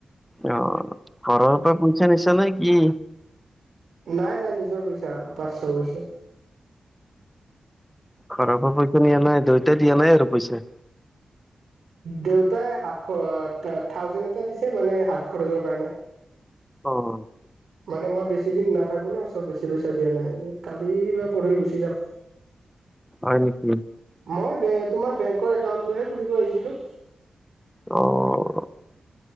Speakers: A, in the centre; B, on the right.
A: অ'! ঘৰৰ পৰা পইচা, নিছা নেকি?
B: নাই, নাই, নিজৰ পইচা, পাঁচশ গৈছে।
A: ঘৰ পৰা পইচা নিয়া, নাই। দেউতাই দিয়া নাই আৰু পইচা?
B: দেউতাই হাত, থাউজেণ্ড এটা দিছে মানে, হাত খৰচৰ কাৰণে।
A: অ'!
B: মানে, মই বেছি দিন নাথাকোঁ, ন'। চ' বেছি পইচা দিয়া নাই। এই, কালি বা পৰহি গুচি যাম।
A: হয়, নেকি?
B: মই বে, তোমাৰ বেংকৰ একাউণ্টহে খুলিব আহিছিলোঁ।
A: অ'!